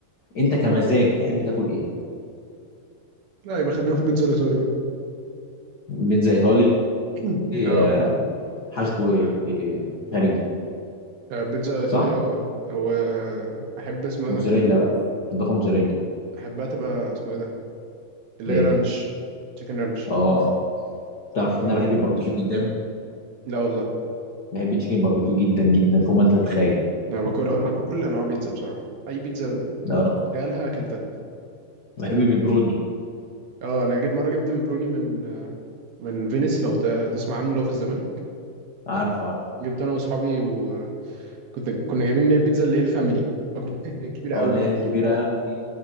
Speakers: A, on the left; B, on the right.
A: انت كمزاج تحب تاكل ايه
B: لا يبقى خلينا في البيتزا الايطالي بقى
A: بيتزا ايطالي
B: <clears throat> اه
A: آه، حشو آه، خارجي
B: آه، بيتزا ايطالي
A: صح
B: اه واحب اسمه ايه
A: موتزاريلا
B: ده
A: بقى اضافه موتزاريلا
B: احبها تبقى اسمه ايه ده اللي
A: ايه
B: هي رانش تشيكن رانش
A: اه تعرف
B: جامده
A: ان انا
B: موت
A: بحب الباربيكيو جدا
B: لا والله
A: بحب التشيكن باربيكيو جدا جدا فوق ما انت تتخيل
B: انا باكلها انا باكل كل انواع بيتزا بصراحه اي بيتزا
A: اه
B: تخيلها اكلتها
A: بحب البيبروني
B: اه انا جيت مره جبت بيبروني من آه، من فينيس لو ت- تسمع عنه لو في الزمالك
A: عارف عارف
B: جبت انا واصحابي وكنت كنا جايبين اللي هي البيتزا اللي هي الفاميلي أكبر- <laughs> اللي هي الكبيره
A: اه
B: قوي
A: اللي
B: دي
A: هي الكبيرة قوي دي